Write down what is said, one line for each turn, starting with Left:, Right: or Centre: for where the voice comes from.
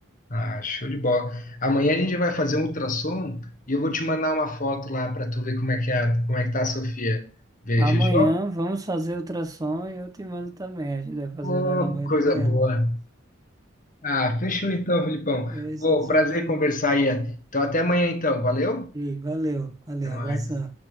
Left: Ah, show de bola. Amanhã a gente vai fazer um ultrassom e eu vou te mandar uma foto lá para tu ver como é que é, como é que tá a Sofia. Ver,
Right: Amanhã
Left: fechou?
Right: vamos fazer ultrassom e eu te mando também, a gente vai fazer
Left: Ô,
Right: lá amanhã
Left: coisa
Right: de manhã.
Left: boa. Ah, fechou então, Filipão.
Right: E aí a
Left: Pô,
Right: gente
Left: prazer
Right: já com...
Left: conversar aí. Então até amanhã então. Valeu?
Right: E valeu, valeu,
Left: Até
Right: abração.
Left: mais.